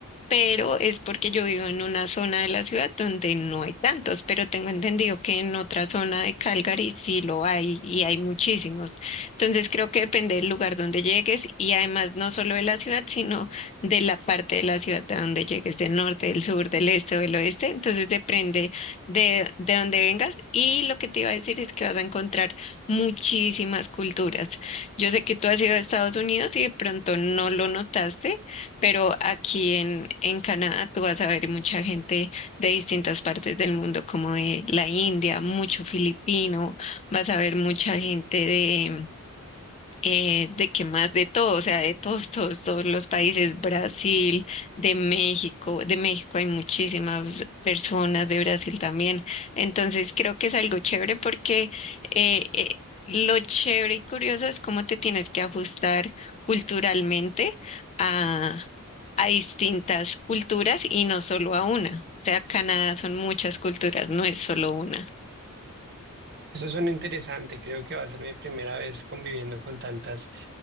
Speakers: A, on the left; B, on the right.
A: pero es porque yo vivo en una zona de la ciudad donde no hay tantos, pero tengo entendido que en otra zona de Calgary sí lo hay y hay muchísimos. Entonces creo que depende del lugar donde llegues y además no solo de la ciudad, sino de la parte de la ciudad a donde llegues, del norte, del sur, del este o del oeste. Entonces depende de, de dónde vengas y lo que te iba a decir es que vas a encontrar muchísimas culturas. Yo sé que tú has ido a Estados Unidos y de pronto no lo notaste pero aquí en, en Canadá tú vas a ver mucha gente de distintas partes del mundo, como de la India, mucho filipino, vas a ver mucha gente eh, de que más de todo, o sea, de todos, <laughs> todos, todos los países, Brasil, de México, de México hay muchísimas personas, de Brasil también. Entonces creo que es algo chévere porque eh, eh, lo chévere y curioso es cómo te tienes que ajustar culturalmente a, a distintas culturas y no solo a una. O sea, Canadá son muchas culturas, no es solo una.
B: Eso suena interesante, creo que va a ser mi primera vez conviviendo con tantas